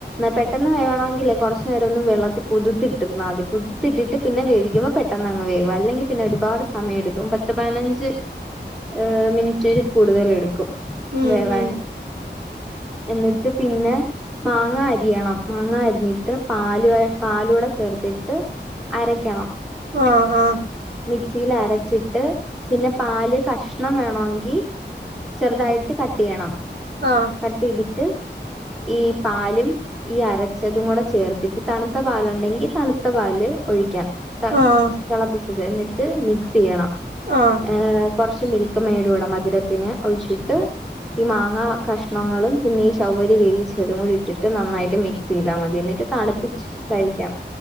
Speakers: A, in the centre; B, on the right.
A: പെട്ടെന്ന് വേണമെങ്കിൽേ കുറച്ചു നേരം ഒന്ന് വെള്ളത്തി കുതിട്ടിരുന്നാൽ മതി കുതിത്തിട്ടിട്ട് പിന്നെ വേവിക്കുമ്പോ പെ പെട്ടെന്ന്ങ് വേകും അല്ലെങ്കി പിന്നെ ഒരുപാട് സമയം എടുക്കും പത്ത് പതിനഞ്ച് ഏഹ് മിനിട്ടിന് കൂടുതൽ എടുക്കും
B: ഉം
A: വേവാന്
B: ഉം
A: എന്നിട്ട് പിന്നെ മാങ്ങ അരിയണം മാങ്ങ അരിഞ്ഞിട്ട് പാലു പാലൂടെ ചേർത്തിട്ട് അരക്കണം
B: ആഹ് ആഹ്
A: മിക്സിൽ അരച്ചിട്ട് പിന്നെ പാല് കഷ്ണം വേണോ എങ്കിൽ ങ് ചെറുതായിട്ട് കട്ട് ചെയ്യണം
B: ആഹ് ആഹ്
A: കട്ട് ട്ടിയ്തിട്ട് ഈ പാലും ഈ അരച്ചതും കൂടെ ചേർത്തിട്ട് തണുത്ത പാലുണ്ടെങ്കിൽ തണുത്ത പാല് ഒഴിക്കാം
B: ആഹ്
A: തെളപ്പിച്ചത് എന്നിട്ട് മിക്സി ചെയ്യണം
B: ആഹ്
A: ഏ കുറച്ച് മിൽ ക്ക് മേടൂടെ മധുരത്തിന് ഒഴിച്ചിട്ട് ഈ മാങ്ങാ കഷ്ണങ്ങളും പിന്നെ ഈ ചൗവരി വേവിച്ചതും കൂടി ഇട്ടിട്ട് നന്നായിട്ട് മിക്സ് ചെയ്താൽ മതി എന്നിട്ട് തണുപ്പിച്ച് കഴിക്കാം